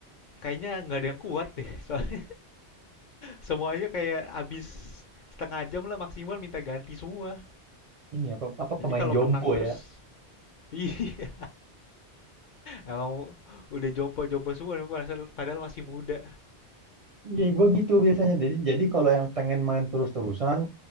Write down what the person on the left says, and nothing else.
kayaknya nggak ada yang kuat deh, <laughs> soalnya Semuanya kayak abis setengah jam lah maksimal minta ganti semua.
Jadi
kalau
menang terus,
<laughs> iya. Emang udah jompo-jompo semua padahal padahal masih muda.